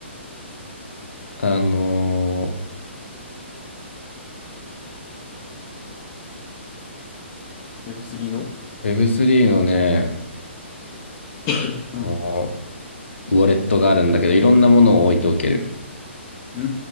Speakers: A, on the left; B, on the left.
A: あの
B: ウェブ3の
A: ー Web3 のね、
B: <coughs>
A: あの
B: うん。
A: ウォレットがあるんだけど、いろんなものを置いておける。
B: うー